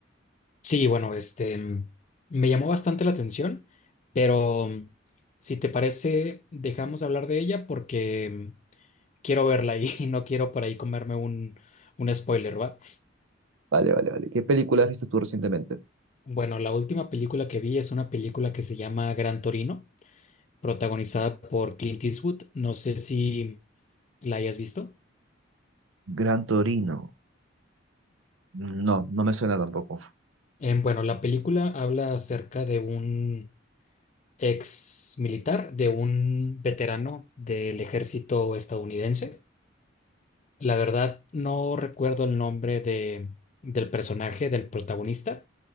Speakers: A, on the left (about 35°); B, on the right (about 75°).
A: Sí, bueno, este mm, me llamó bastante la atención, pero mm, si te parece, dejamos hablar de ella porque mm, quiero verla ahí <laughs> y no quiero por ahí comerme un, un spoiler, ¿va?
B: Vale, vale, vale. ¿Qué película has visto tú recientemente?
A: Bueno, la última película que vi es una película que se llama Gran Torino, protagonizada por Clint Eastwood. No sé si la hayas visto.
B: Gran Torino. No, no me suena tampoco.
A: Em, bueno, la película habla acerca de un ex militar, de un veterano del ejército estadounidense. La verdad, no recuerdo el nombre de, del personaje, del protagonista,